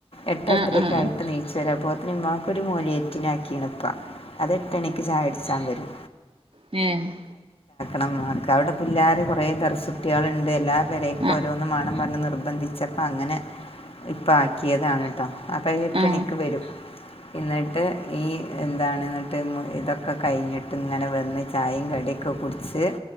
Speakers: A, on the left (about 65°); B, on the right (about 60°).
A: എട്ട്
B: ആ
A: എട്ടരയൊക്കെ
B: ആ ആ
A: ആയിട്ട് എണീച്ച് വരും അപ്പോത്തേന് ഉമ്മാക്ക് ഒരു മൗലിയേത്തീനെ ആക്കിയേന് ഉപ്പാ അത് എട്ട് മണിക്ക് ചായ കുടിച്ചാൻ വരും
B: മ്-
A: ണം അവിടെ പിള്ളേർ കുറേ ദർസുട്ടികളുണ്ട് എല്ലാവരേക്കും
B: ആ
A: ഓരോന്ന് മണം പറഞ്ഞ് നിർബന്ധിച്ചപ്പൾ അങ്ങനെ ഇപ്പൾ ആക്കിയതാണ് കേട്ടോ അപ്പോൾ എട്ട്ണിക്ക്
B: ആ ആ
A: വരും എന്നിട്ട് ഈ എന്താണ് എന്നിട്ട് ഇതൊക്കെ കഴിഞ്ഞിട്ട് ഇങ്ങനെ- അവിടെന്ന് ചായയും കടിയൊക്കെ കുടിച്ച്